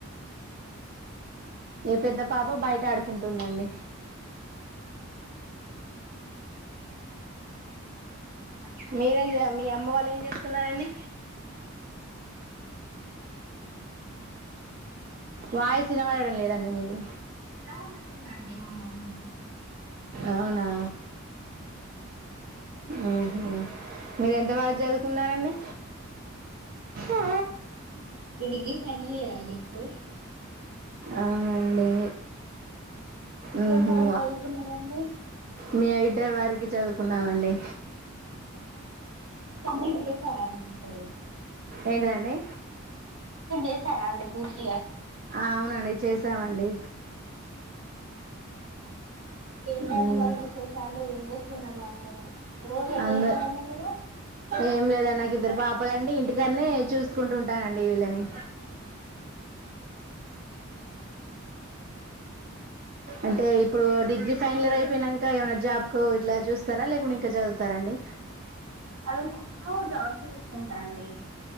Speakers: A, on the right (about 85°); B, on the right (about 45°).
A: ఇంకేం చేస్తున్నారండి
B: ఏ పెద్ద పాప బయట ఆడుకుంటుందండి
A: <inaudible>
B: మీరేం చే మీ అమ్మ వాళ్ళు ఏం చేస్తున్నారండి
A: మా అమ్మా <inaudible>
B: వాయిస్ వినపడడం లేదండి మీది
A: అన్నం వండుతుందండి మా మమ్మీ
B: అవునా
A: అవునండి
B: ఉహు మీరు ఎంత వరకు చదువుకున్నారండి ఆ
A: నీ డిగ్రీ ఫైనల్ ఇయర్ అండి ఇప్పుడు
B: అవునండి
A: మీరు
B: ఉహు
A: ఎంతవరకు చదువుకున్నారండి
B: మీ ఎయిట్ వరికి చదువుకున్నామండి
A: అవునా కంప్లీట్ చేసారా అండి ఇంటరు
B: ఏంటిదండి
A: చేసారా అండి పూర్తిగా
B: అవునండి చేసామండి
A: ఇంకేంటండి
B: మ్మ్.
A: మరి విశేషాలు ఏం చేస్తున్నారు అందరు రోజు ఎటు
B: అంద
A: వెళ్తారాండి మీరు
B: ఏం లేదు నాకు ఇద్దరు పాప చెప్పలండి ఇంటికనే చూసుకుంటూ ఉంటానండి వీళ్ళని అంటే ఇప్పుడు డిగ్రీ ఫైనలియర్ అయిపోయినాక ఏమైనా జాబ్ కు ఇట్లా చూస్తారా లేకుంటే ఇంకా చదువుతారా అండి
A: చదువుకుంటూ జాబ్ చేసుకుంటా అండి